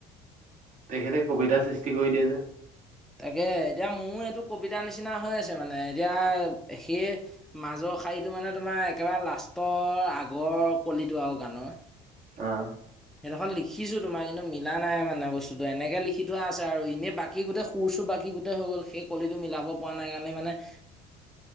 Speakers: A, on the right; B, in the centre.
A: তেখেতে কবিতা সৃষ্টি কৰি দিয়ে যে।
B: তাকে, এতিয়া মোৰ এইটো কবিতাৰ নিচিনা হৈ আছে মানে, এতিয়া সিয়ে মাজৰ শাৰীটো মানে তোমাৰ একেবাৰে লাষ্টৰ আগৰ কলিটো আৰু গানৰ।
A: অ'।
B: সেইডখৰ লিখিছোঁ তোমাৰ, কিন্ত মিলা নাই মানে বস্তুটো এনেকে লিখি থোৱা আছে আৰু এনে বাকী গোটেই সুৰ-চুৰ বাকী গোটেই হৈ গ'ল, সেই কলিটো মিলাব পৰা নাই কাৰণে মানে
A: <inaudible>